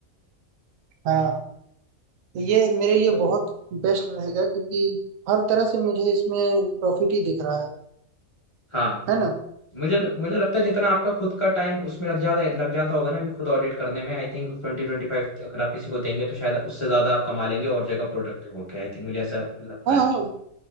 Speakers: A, on the right (about 75°); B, on the left (about 25°).
A: हाँ तो ये मेरे लिए
B: तो
A: बहुत बेस्ट रहेगा क्योंकि हर तरह से मुझे इसमें प्रॉफिट ही दिख रहा है
B: हाँ
A: है ना
B: मुझे मुझे लगता है जितना आपका खुद का टाइम उसमें लग जाता है लग जाता होगा ना अभी खुद ऑडिट करने में I think twenty twenty five अगर आप किसी को देंगे तो शायद उससे ज्यादा आप कमा लेंगे और जगह प्रोडक्टिव होके आई थिंक मुझे ऐसा लगता
A: हाँ
B: है
A: हाँ